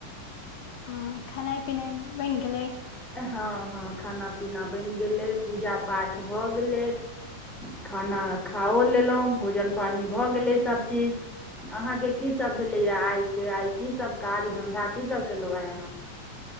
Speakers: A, on the left; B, in the centre.
A: आँ खेनाइ पिनाइ बनि गेलै?
B: हँ हँ खाना- पीना बनि गेलै, पूजा पाठ भऽ गेलै। खाना खाओ लेलहुँ, भोजन -पानि भऽ गेलै सभचीज। अहाँके की सब भेलैया आइ के, आइ की सब काज- धंधा की सब केलहुं आइ अहाँ?